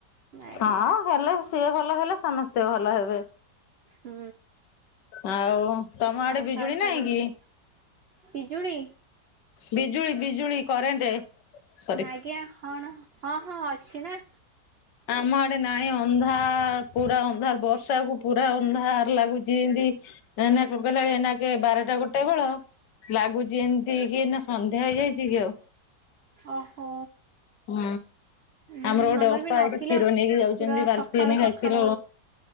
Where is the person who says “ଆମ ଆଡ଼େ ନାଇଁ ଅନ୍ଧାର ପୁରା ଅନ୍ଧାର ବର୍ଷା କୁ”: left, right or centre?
Left